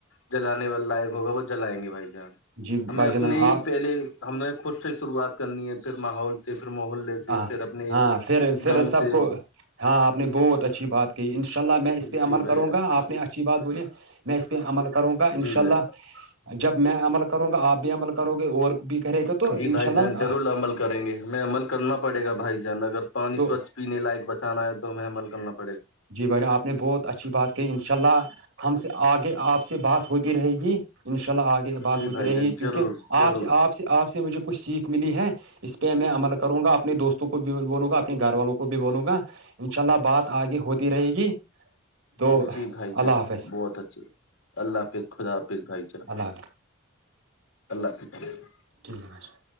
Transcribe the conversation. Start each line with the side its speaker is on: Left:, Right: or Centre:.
Left: جلانے والا لائق ہوگا وہ جلائیں گے بھائی جان
Right: جی
Left: ہمیں
Right: بھائی
Left: اپنے
Right: جان
Left: ہی
Right: آپ
Left: پہلے ہم نے خود سے شروعات کرنی ہے پھر ماحول سے پھر محللے سے
Right: ہاں
Left: پھر اپنے ایک
Right: ہاں پھر پھر
Left: گاؤں
Right: سب
Left: سے
Right: کو ہاں آپ نے بہت اچھی بات کہ ان شاء اللہ میں اس پہ
Left: جی
Right: عمل
Left: بھائی
Right: کروں
Left: جان
Right: گا آپ نے اچھی بات بولی میں اس پہ عمل کروں گا ان
Left: جی
Right: شاء
Left: بھائی
Right: اللہ جب میں عمل کروں گا آپ بھی عمل کرو گے اور بھی ب کر گا تو انشاء
Left: جی بھائی
Right: اللہ
Left: جان ضرور عمل کریں گے ہمیں عمل کرنا پڑے گا بھائی جان اگر پانی
Right: تو
Left: سوچھ پینے لائق بچانا ہے تو ہمیں عمل کرنا پڑا
Right: جی بھان آپ نے بہت اچھی بات کہی ان شاء اللہ ہم سے آگے آپ سے بات ہوتی رہے گی انشاء اللہ آگے بات
Left: جی
Right: ہوتی
Left: بھائی
Right: رہیںی
Left: جان
Right: ہے کیونکہ
Left: ضرور
Right: آپ
Left: ضرور
Right: سے آپ سے آپ سے مجھے کچھ سیکھ ملی ہے اس پہ میں عمل کروں گا اپنے دوستوں کو بھی بولوں گا اپنے گھر والوں کو بھی بولوں گا انشاء اللہ بات آگے ہوتی رہے گی تو
Left: جی بھائی چان
Right: اللہ حافظ
Left: بہت اچھے اللہ حافظ خدا حافظ بھائی چان
Right: اللہ حافظ
Left: اللہ <unintelligible>
Right: ٹھیک ہے بھرر <unintelligible>